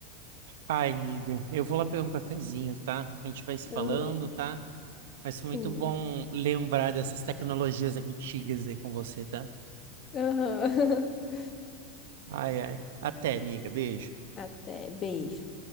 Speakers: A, on the right; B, on the left.
A: Ai, amiga, eu vou lá pegar um cafezinho, tá? A gente vai se falando,
B: Aham,
A: tá? Mas foi
B: sim.
A: muito bom lembrar dessas tecnologias antigas aí com você, tá?
B: Aham. <laughs>
A: Ai, ai. Até, amiga. Beijo.
B: Até, beijo.